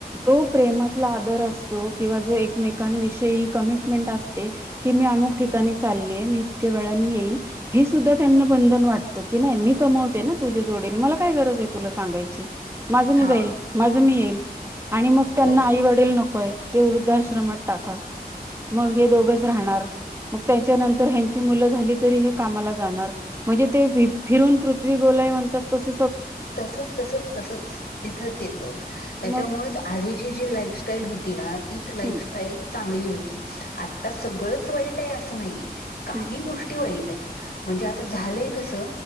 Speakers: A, on the right; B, on the left.
A: तो प्रेमातला आदर असतो किंवा जो एकमेकांविषयी कमिटमेंट असते की मी अमुक ठिकाणी चाललीय मी इतक्या वेळानी येईन हे सुद्धा त्यांना बंधन वाटत की नाही मी कमवते ना तुझ्या जोडेील मला काय गरज आहे तुला सांगायची माझं
B: हा
A: मी जाईल माझं मी येईल आणि मग त्यांना
B: हो
A: आई वडेल नकोय ते वृद्धश्रमात टाका मग हे दोघच राहणार मग त्याच्यानंतर ह्यांची मुलं झाली तरी हे कामाला जाणार म्हणजे ते फिरून पृथ् गोलाय म्हणतात तस
B: तसच तसच तसच तिथंच येत त्याच्यामुळेच
A: मग
B: आधीची जी लाईफस्टाईल होती ना लााई
A: हम्म
B: चगली होती तर सगळंच वाईट आहे असं नाही काही
A: हम्म
B: गोष्टी वाईट आहेत म्हणजे आता झालंय कस